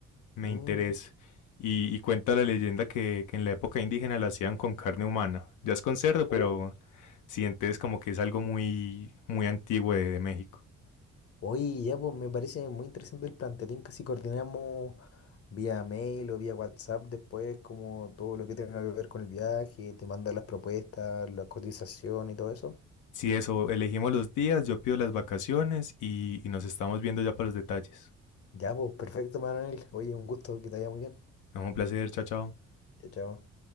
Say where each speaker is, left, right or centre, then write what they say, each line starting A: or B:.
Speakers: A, on the left; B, on the left.
A: me
B: Mm,
A: interesa.
B: Mitch.
A: Y, y cuenta la leyenda que, que en la época indígena la hacían con carne humana. Ya es con cerdo, pero
B: Oh.
A: sientes como que es algo muy, muy antiguo de, de México.
B: Oye, ya pues me parece muy interesante el plan. Te tinca si coordinamos vía mail o vía WhatsApp después, como todo lo que tenga que ver con el viaje, te manda las propuestas, las cotizaciones y todo eso.
A: Si eso, elegimos los días, yo pido las vacaciones y, y nos estamos viendo ya para los detalles.
B: Ya pues, perfecto, Manuel. Oye, un gusto, que te vaya muy bien.
A: No, un placer, chao, chao.
B: Chao, chao.